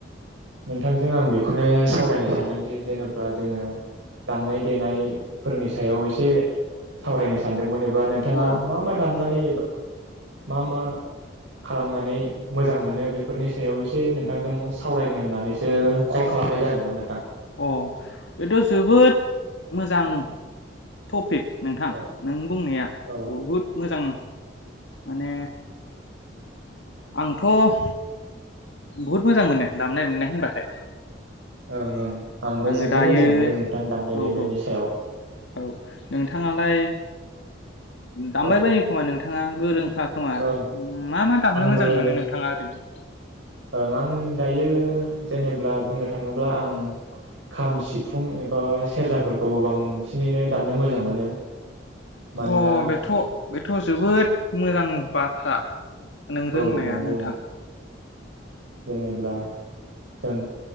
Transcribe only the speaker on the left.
अ
अ बेथ' जोबोद मोजां टपिक नोंथां
नों बुंनाया
बहुद मोजां माने आं थ' बहुद मोजां मोनो दामनाय देनाय होनबाथाय
आङो
दायो
औ औ
औ नोंथाङालाय दामबाय
बायो खोमा नोंथाङा गोरोंखाआ खोमा
मा मा दामनो
मोजां मोनो नोंथाङा ओरैनो
अ बेथ' बेथ' जोबोद मोजां बाथ थ्रा नों
रोंनाया
नोंथां।